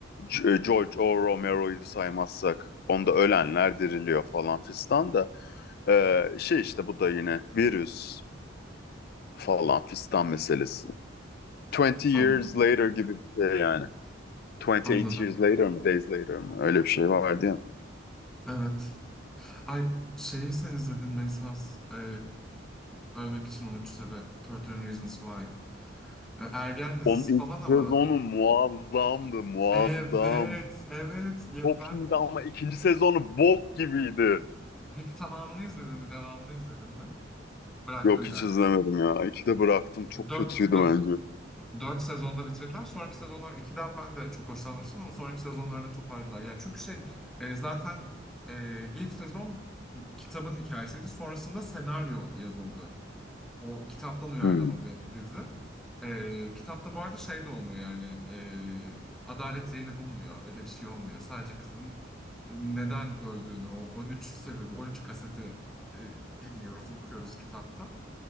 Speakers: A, on the left; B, in the centre.
A: C- e, George O. Romero'yu saymazsak onda ölenler diriliyor falan fistan da e, şey işte bu da yine virüs falan fistan meselesi. 20 years
B: Anladım,
A: later gibi bir şey yani. 28
B: anladım.
A: years later mı, days later mı? Öyle bir şey vardı ya.
B: Evet. Ay şeyi sen izledin mi esas eee, Ölmek için 13 sebep. 13 Reasons Why. E, Ergen dizisi
A: Onun
B: falan
A: ilk
B: ama.
A: sezonu muazzamdı, muazzam.
B: Evet, evet. Ya
A: Çok
B: ben
A: iyiydi ama ikinci sezonu bok gibiydi.
B: peki tamamını izledin mi? Devamını izledin mi? Bıraktın
A: Yok
B: galiba.
A: hiç izlemedim ya. İki de bıraktım. Çok
B: Dört,
A: kötüydü
B: dört,
A: bence.
B: dört sezonda bitirdiler. Sonraki sezonlar ikiden ben de çok hoşlanmıştım ama sonraki sezonlarda toparladılar. Ya çünkü şey e, zaten e, ilk sezon kitabın hikayesiydi. Sonrasında senaryo yazıldı. O kitaptan uyarlama
A: Hmm.
B: bir dizi. Ee, kitapta bu arada şey de olmuyor yani e, adalet yerini bulmuyor. Öyle bir şey olmuyor. Sadece kızın neden öldüğünü o 13 sebebi 13 kaseti e, dinliyoruz okuyoruz kitapta.